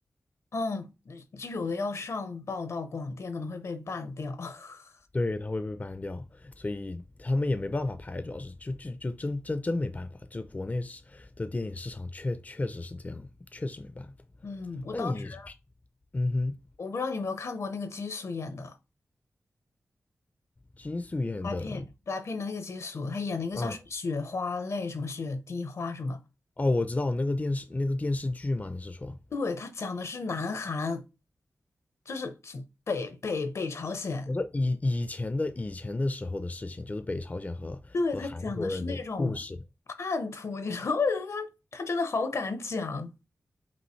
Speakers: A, on the left; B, on the left.
A: 嗯，就有的要上报到广电，可能会被办掉。<laughs>
B: 对，它会被 ban 掉，所以他们也没办法拍，主要是就就就真真真没办法，就是国内是的电影市场确确实是这样，确实没办法。
A: 嗯，我当时
B: 那你平嗯哼，
A: 我不知道你有没有看过那个基叔演的
B: 金素妍的，
A: Blackpink，Blackpink 的那个基叔，他演了一个叫什么雪花泪，
B: 啊，
A: 什么雪滴花什么。
B: 哦，我知道那个电视那个电视剧嘛，你是说？
A: 对，他讲的是南韩，就是北北北朝鲜，
B: 我说以以前的以前的时候的事情，就是北朝鲜和和韩国人的故事。
A: 对，他讲的是那种叛徒，你知道吗？<laughs> 我觉得他他真的好敢讲，